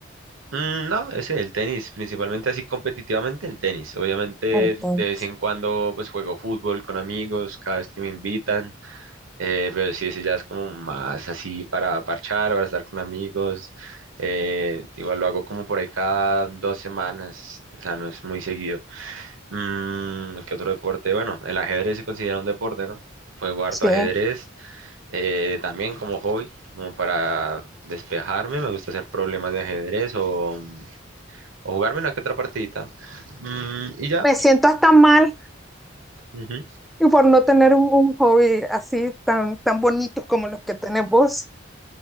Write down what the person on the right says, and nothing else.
Mm, No, ese, el tenis, principalmente así competitivamente el tenis. Obviamente
de vez en cuando pues juego fútbol con amigos, cada vez que me invitan, eh, pero sí, ese ya es como más así para parchar, para estar con amigos. eh, igual lo hago como por ahí cada dos semanas, o sea, no es muy seguido. Mm, ¿qué otro deporte? Bueno, el ajedrez se considera un deporte, ¿no? Juego harto
ajedrez, eh, también como hobby, como para despejarme, me gusta hacer problemas de ajedrez o o jugarme una que otra partidita. Mm, y ya.
Ujú.